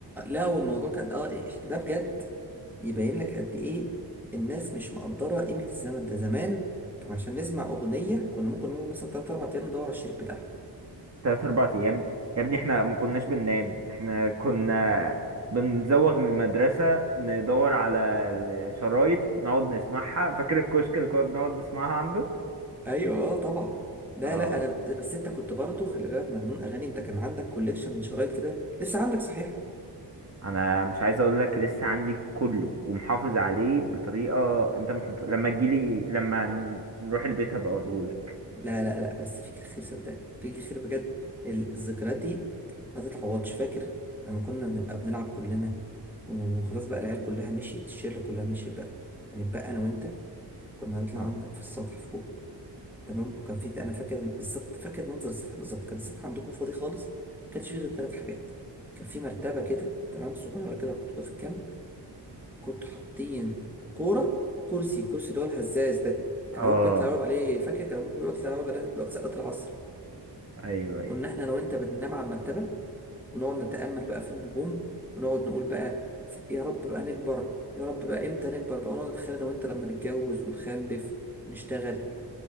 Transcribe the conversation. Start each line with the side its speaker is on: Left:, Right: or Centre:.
Centre: لا هو الموضوع كان أه إيه، ده بجد يبين لك قد ايه الناس مش مقدره قيمه الزمن ده زمان عشان نسمع اغنيه كنا ممكن نقعد مثلا 3 4 ايام ندور على الشريط بتاعها
Right: تلات أربع أيام يا ابني احنا ما كناش بننام احنا كنا بنزوغ من المدرسة ندور على الشرايط نقعد نسمعها فاكر الكشك اللي كنا بنقعد نسمعها عندك
Centre: ايوه اه طبعا لا
Right: اه
Centre: لا انا بس انت كنت برضو خلي بالك مجنون اغاني انت كان عندك كوليكشن شرايط كده لسه عندك صحيح
Right: انا مش عايز اقول لك لسه عندي كله ومحافظ عليه بطريقة انت مش مت... لما تجيلي لما ن- نروح البيت هبقى اوريهولك
Centre: لا لا لا بس فيك الخير صدقني فيك الخير بجد الذكريات دي ما تتعوضش فاكر لما كنا بنبقى بنلعب كلنا وخلاص بقى العيال كلها مشيت الشله كلها مشيت بقى يعني بقى انا وانت كنا نطلع
Right: اه
Centre: عندك في السطح فوق تمام وكان في انا فاكر بالظبط فاكر منظر السطح بالظبط كان السطح عندكم فاضي خالص كانش فيه غير ثلاث حاجات كان في مرتبه كده تمام صغيره كده محطوطه في الجنب كنتوا حاطين كوره وكرسي كرسي اللي هو الهزاز ده كان
Right: اه
Centre: ابوك بيطلع يقعد عليه فاكر كان ابوك بيطلع يقعد عليه وقت سقط العصر
Right: ايوه ايوه
Centre: كنا احنا انا وانت بننام على المرتبه ونقعد نتامل بقى في النجوم ونقعد نقول بقى يا رب بقى نكبر يا رب بقى امتى نكبر بقى ونقعد نتخيل انا وانت لما نتجوز ونخلف ونشتغل